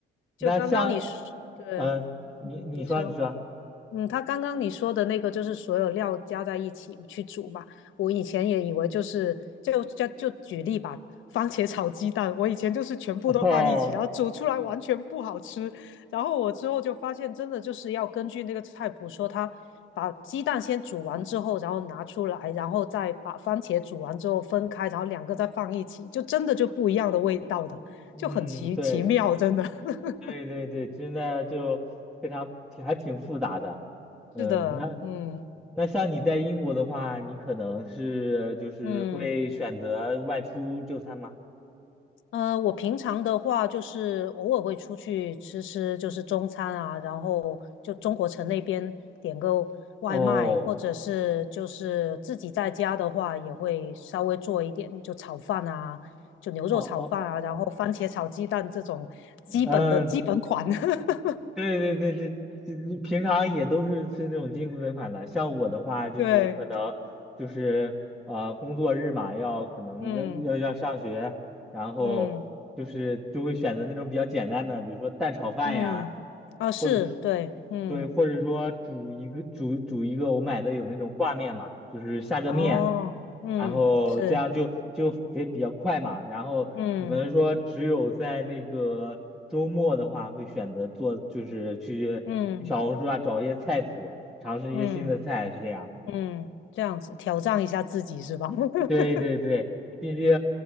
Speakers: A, in the centre; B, on the left.
A: 那像
B: 就刚刚你说，对，
A: 呃，你你说你说
B: 嗯，你说。嗯，他刚刚你说的那个就是所有料加在一起去煮嘛。我以前也以为就是就就就举例吧，<laughs> 番茄炒鸡蛋，我以前就是全部都放一起，
A: <laughs> 哦，
B: 然后煮出来完全不好吃。然后我之后就发现，真的就是要根据那个菜谱说，他把鸡蛋先煮完之后，然后拿出来，然后再把番茄煮完之后分开，然后两个再放一起，就真的就不一样的味道的，就很奇奇妙，
A: 嗯，对
B: 真的。<laughs>
A: 对对对，真的就非常挺还挺复杂的。嗯，
B: 是的，
A: 那
B: 嗯
A: 那像你在英国的话，你可能是就是会选择外出就餐吗？
B: 嗯。呃，我平常的话就是偶尔会出去吃吃，就是中餐啊，然后就中国城那边点个外卖，
A: 哦
B: 或者是就是自己在家的话也会稍微做一点，就炒饭啊，就牛肉炒饭啊，
A: 哦哦，
B: 然后番茄炒鸡蛋这种基本的基本款。
A: 哦，嗯，
B: <laughs>
A: 对对对对，就你平常也都是吃这种进口款的。像我的话，就是可能就是呃工作日嘛，
B: 对，
A: 要可能要要要上学，
B: 嗯
A: 然后就是就会选择那种比较简单的，
B: 嗯
A: 比如说蛋炒饭呀，
B: 嗯，啊是，
A: 或者是
B: 对，嗯，
A: 对，或者说煮一个煮煮一个，我买的有那种挂面嘛，就是下个面，
B: 哦，嗯是，
A: 然后这样就就也比较快嘛，然后可能说只有在那个周末的话，
B: 嗯
A: 会选择做就是去去小红书啊找一些菜谱，
B: 嗯
A: 尝试一些新的菜，
B: 嗯。
A: 是这样。
B: 嗯，这样子挑战一下自己是吧？<laughs>
A: 对对对，毕竟